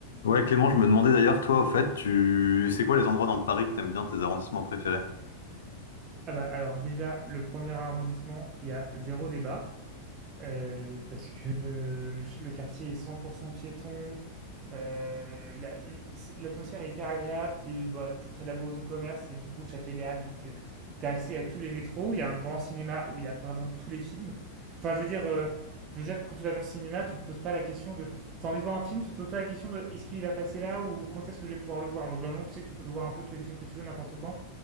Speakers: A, on the left; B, on the right.
A: Ouais, Clément, je me demandais d'ailleurs, toi, au fait, tu c'est quoi les endroits dans Paris que t'aimes bien, tes arrondissements préférés?
B: Ah bah, alors déjà, le premier arrondissement, il y a zéro débat, euh, parce que euh, le quartier est 100% piéton, euh, la- c'est- l'atmosphère est hyper agréable, t'es bah, t'es près de la bourse de commerce et du coup de Châtelet-Les donc euh, t'as accès à tous les métros, il y a un grand cinéma où il y a vraiment tous les films. Enfin, je veux dire, euh, je veux dire que quand tu vas dans le cinéma, tu te poses pas la question de... T'as envie de voir un film, tu te poses pas la question de est-ce qu'il va passer là ou quand est-ce que je vais pouvoir le voir. Genre, globalement, tu sais que tu peux voir un peu tous les films que tu veux, n'importe quand.